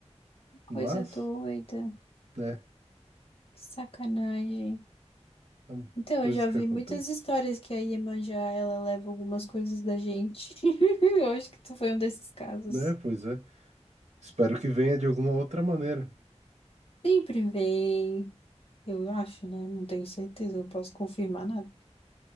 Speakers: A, on the left; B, on the right.
A: Coisa
B: Mas,
A: doida.
B: né,
A: Que sacanagem.
B: hum,
A: Então,
B: coisas
A: eu já
B: que
A: vi
B: acontecem.
A: muitas histórias que a Iemanjá, ela leva algumas coisas da gente. <laughs> Eu acho que tu foi um desses casos.
B: Né, pois é. Espero que venha de alguma outra maneira.
A: Sempre vem. Eu acho, né? Não tenho certeza, não posso confirmar nada.